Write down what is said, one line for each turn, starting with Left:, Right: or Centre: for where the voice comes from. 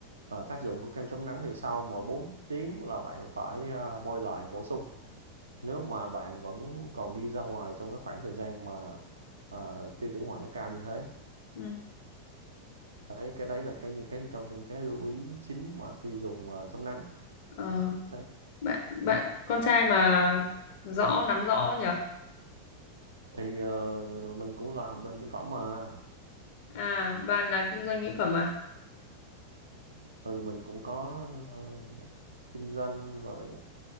Right: ờ, tác dụng của kem chống nắng thì sau mỗi 4 tiếng là bạn phải ờ, bôi lại bổ sung. Nếu mà bạn vẫn còn đi ra ngoài trong cái khoảng thời gian mà ờ, tia tử ngoại nó cao như thế.
Left: Ừ.
Right: Đấy, cái đấy là cái những cái trong những cái lưu ý chính mà khi dùng ờ, chống nắng.
Left: Ờ,
Right: Đấy.
Left: bạn bạn con trai mà rõ nắm rõ nhở?
Right: Thì ờ, mình cũng là bên mỹ phẩm mà
Left: À bạn là kinh doanh mỹ phẩm à?
Right: ừ mình cũng có ờ, kinh doanh rồi